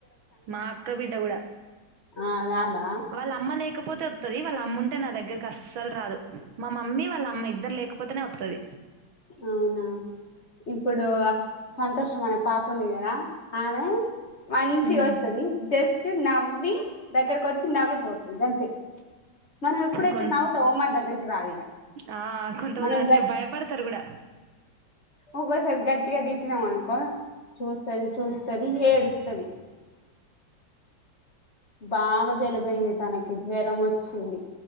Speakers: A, on the right; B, on the left.
A: మా అక్క బిడ్డ కూడా
B: ఆ రాదా
A: వాళ్ళ అమ్మ లేకపోతే వాతది వాళ్ళ అమ్ముంటే నా దగ్గరకి అస్సలు రాదు మా మమ్మీ వాళ్ళ అమ్మ ఇద్దరు లేక పోతనే వత్తది
B: అవునా ఇప్పుడు అ సంతోష మన పాప ఉంది కదా ఆమె మంచిగా
A: ఉమ్,
B: వస్తది జస్ట్ నవ్వి దగ్గరకి వచ్చి నవ్విపోతది గంతే మనం ఎప్పుడు ఎక్కడ
A: కొం-
B: నవ్వుతాం అ మన దగ్గరకి రాదు ఇక
A: ఆ, కొంతమంది
B: మనం
A: అట్లే
B: గట్
A: భయపడతారు కూడా
B: ఒకోసారి గట్టిగ ది కొట్టినవ్ అనుకో చూస్తంది చూస్ ది ఏడుస్తాది బాగా జలుబైంది తనకి జ్వరం వచ్చింది